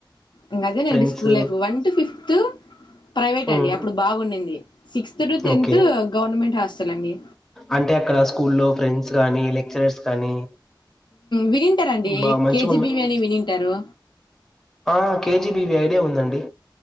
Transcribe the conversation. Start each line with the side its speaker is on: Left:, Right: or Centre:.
Left: ఇంకా అదేనండి
Centre: friends
Left: school life one to fifth private
Centre: మ్మ్
Left: అండి అప్పుడు బాగుండింది sixth to tenth
Centre: okay
Left: government hostel అండి
Centre: అంటే అక్కడ స్కూల్లో ఫ్రెండ్స్ గానీ లెక్చరర్స్ కానీ
Left: వినుంటారండి
Centre: బాగా మంచిగున్న
Left: కేజీబివి అని వినింటారు
Centre: ఆ కేజీబీవి ఐడియా ఉందండి